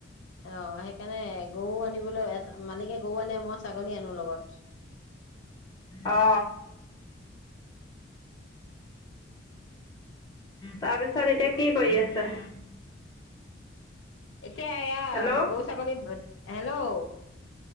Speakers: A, on the left; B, on the left.
A: অ সেইকাৰণে গৰু আনিবলৈ এটা মালিকে গৰু আনে মই ছাগলী আনো লগত
B: অ উ তাৰপিছত এতিয়া কি কৰি আছে
A: এতিয়া
B: হেল্ল'
A: গৌ ছাগলীত হেল্ল'